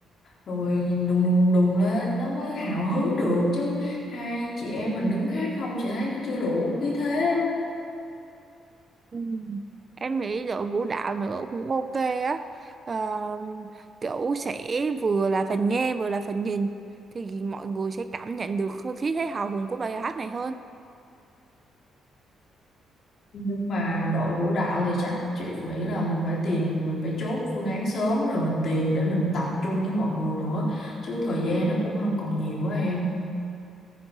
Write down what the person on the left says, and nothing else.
rồi đùng đùng đùng đùng lên nó mới hào hứng được chứ hai chị em mình đứng hát không chị thấy nó chưa đủ khí thế á.
nhưng mà đội vũ đạo thì chắc chị nghĩ là mình phải tìm mình phải chốt phương án sớm rồi mình tìm để mình tập trung với mọi người nữa chứ thời gian nó cũng không còn nhiều quá em